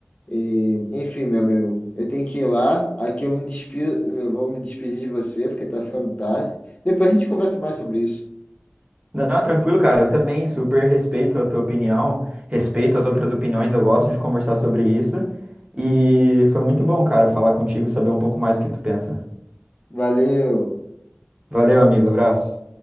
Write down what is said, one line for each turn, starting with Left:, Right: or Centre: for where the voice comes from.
Left: E, enfim, meu amigo, eu tenho que ir lá. Aqui eu me despido, eu vou me despedir de você, porque tá ficando tarde. Depois a gente conversa mais sobre isso.
Right: Não, tranquilo, cara. Eu também super respeito a tua opinião, respeito as outras opiniões, eu gosto de conversar sobre isso. E foi muito bom, cara, falar contigo, saber um pouco mais o que tu pensa.
Left: Valeu!
Right: Valeu, amigo. Abraço.